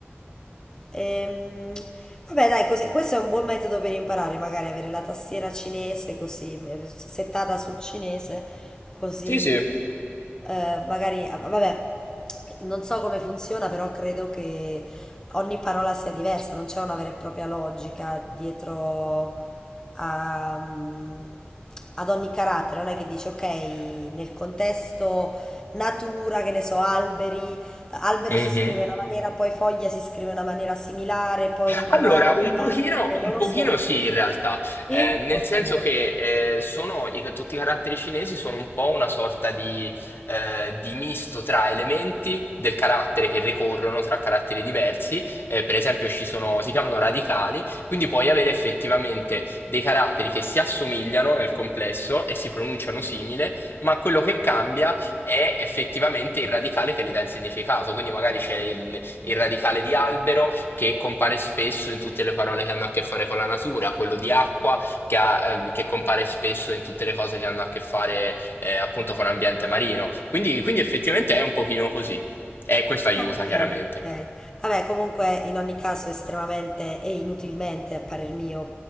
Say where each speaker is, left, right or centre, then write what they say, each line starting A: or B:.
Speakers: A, on the left (about 15°); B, on the left (about 55°).
A: Ehm, Vabbè, dai, così, questo è un buon metodo per imparare, magari avere la tastiera cinese così, eh, settata su cinese, così
B: Sì, sì.
A: eh, magari, ah, vabbè, non so come funziona, però credo che ogni parola sia diversa, non c'è una vera e propria logica dietro a, mm, ad ogni carattere, non è che dici ok, nel contesto natura, che ne so, alberi, albero
B: Mhm.
A: si scrive in una maniera, poi foglia si scrive in una maniera similare, poi il
B: Allora,
A: ramo
B: un pochino,
A: anche, non
B: un pochino
A: lo so.
B: sì, in realtà,
A: Sì?
B: Eh, nel
A: Ok.
B: senso che eh, sono, i- tutti i caratteri cinesi sono un po' una sorta di, eh, di misto tra elementi del carattere che ricorrono tra caratteri diversi, Eh, per esempio ci sono, si chiamano radicali, quindi puoi avere effettivamente dei caratteri che si assomigliano nel complesso e si pronunciano simile, ma quello che cambia è effettivamente il radicale che gli dà il significato, quindi magari c'è il il radicale di albero che compare spesso in tutte le parole che hanno a che fare con la natura, quello di acqua che, ha, ehm, che compare spesso in tutte le cose che hanno a che fare eh, appunto con l'ambiente marino. Quindi, quindi effettivamente è un pochino così. E questo aiuta
A: Ok,
B: chiaramente.
A: ok. Vabbè, comunque in ogni caso estremamente e inutilmente, a parer mio,